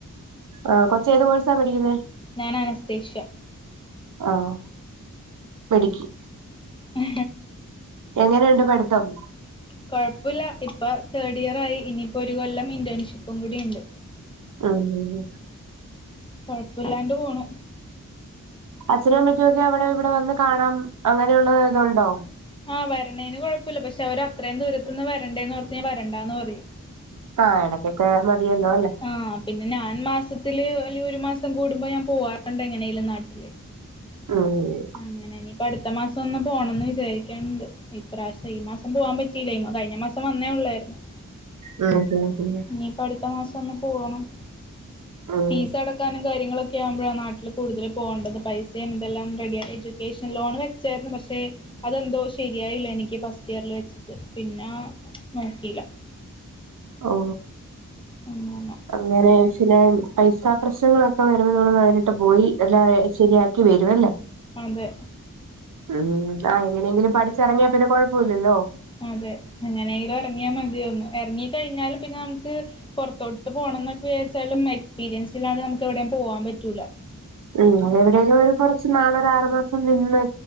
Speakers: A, on the right; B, on the left.
A: ഏഹ് കൊച്ച ഏത് കോഴ്സാ പഠിക്കുന്നെ
B: ഞാനാനസ്തഷ്യ
A: ആഹ് മിടുക്കി
B: ഉ
A: എങ്ങനെയുണ്ട് പഠിത്തം
B: കൊഴപ്പല്ല ഇപ്പ തേർഡ് ഇയറായി ഇനിയിപ്പോൾഒരു കൊല്ലം ഇൻറേൺഷിപ്പും കൂടി ഉണ്ട്
A: ആഹ്
B: കൊഴപ്പല്ലാണ്ട് പോണു
A: അച്ഛനെ മ്മക്കോക്കെ അവിടെ ഇവിടെ വന്ന് കാണാൻ അങ്ങനെയുള്ള ഇതുണ്ടോ
B: ആഹ് വരേണെന് കുഴപല്ല പക്ഷെ അവര് അത്രയും ദൂരത്ത നിന്ന് വരണ്ടേന്ന് ഓർത് ഞ വരണ്ടന്ന് പറയും
A: ആഹ് ഇടയ്ക്കൊക്കെ മതിയല്ലോ അല്ലേ
B: ആഹ് പിന്നെ ഞാൻ മാസത്തില്ൽ അല്ല ഒരു മാസം കൂടുമ്പോ ഞാൻ പോവാറുണ്ട് എങ്ങനെലും നാട്ടില് <unintelligible>
A: ആഹ് അങ്ങനെ
B: അങ്ങനെ ഇനിയിപ്പ അടുത്ത മാസം ഒന്ന് പോണംന്ന് വിചാരിക്കണ്ട് ഇപ്രാവശ്യ ഈ മാസം പോവാാൻ പറ്റില്ല കഴിഞ്ഞ മാസം വന്നേ ഉള്ളായിരുന്നു
A: ആഹ് അതെ അതെ
B: ഇനിയിപ്പ അടുത്ത മാസം ഒന്ന് പോകണം
A: അഹ്
B: ഫീസ് അടക്കാനും കാര്യങ്ങളൊക്കെ ആവുമ്പോഴ ആ നാട്ടിൽ കൂടുതൽ പോകേണ്ടത് പൈസയും ഇതൊംറെഡിയ എഡ്യൂക്കേഷൻ ലോൺ വെ ചേരുന്നു പക്ഷേ അതെന്തോ ശരിയായില്ല എനിക്ക് ഫസ്റ്റ് ഇയറിൽ വെച്ചിട്ട് പിന്നെ നോക്കില്ല
A: ഓ
B: അങ്ങനെ
A: അങ്ങനെ ഫിന പൈസാ പ്രശ്നങ്ങളൊക്കെ വരുമ്പോ നമ്മ നേരിട്ട് പോയി എല്ല റെഡ് ശരിയാക്ക ക്കി വേരുവല്ലേ
B: അതെ
A: ഉം ആ എങ്ങനെങ്കിലും പഠിച്ചിറങ്ങിയാ പിന്നെ കൊഴപ്പവില്ലല്ലോ
B: അതെ അങ്ങനെങ്കിലും ഇറങ്ങിയാൽ മതി തോന്നു ഇറങ്ങി കഴിഞ്ഞാലും പിന്നെ നമുക്ക് പുറത്തോട്ട് പോണംന്നക്കെ വിചാരിച്ചാലും എക്സ്പീരിയൻസിലണ്ട് നമുക്ക് എവിടെയും പോവാൻ പറ്റൂല
A: ഉം എവിടെയലും
B: അപ്പൊ
A: ഒരു കുറച്ച് നാളൊരു ആറ് മാസം നിന്ന്